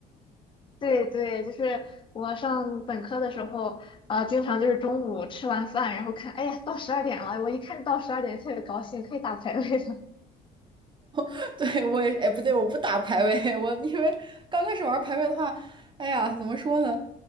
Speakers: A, on the left; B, on the right.
A: 对对，就是我上本科的时候，呃，经常就是中午吃完饭，然后看，哎呀，到十二点了，我一看到十二点特别高兴，可以打排位了。
B: <laughs> 对，我也，哎，不对，我不打排位，我因为刚开始玩排位的话，哎呀，怎么说呢？